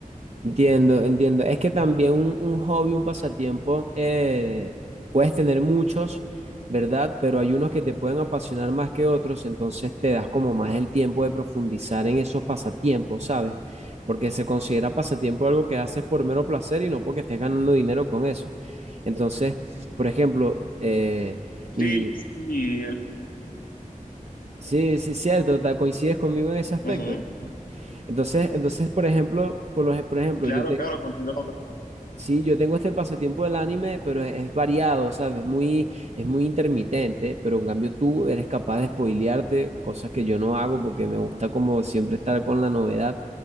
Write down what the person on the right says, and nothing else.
Entiendo, entiendo. Es que también un, un hobby, un pasatiempo, eh, puedes tener muchos, ¿verdad? Pero hay unos que te pueden apasionar más que otros, entonces te das como más el tiempo de profundizar en esos pasatiempos, ¿sabes? Porque se considera pasatiempo algo que haces por mero placer y no porque estés ganando dinero con eso. Entonces, por ejemplo, eh,
mi...
Sí, sí, cierto, te- coincides conmigo en ese aspecto.
Entonces, entonces, por ejemplo, por, lo- por ejemplo,
yo, te,
Sí, yo tengo este pasatiempo del anime, pero es, es variado, ¿sabes? Es muy, es muy intermitente, pero en cambio tú eres capaz de spoilearte, cosas que yo no hago porque me gusta como siempre estar con la novedad,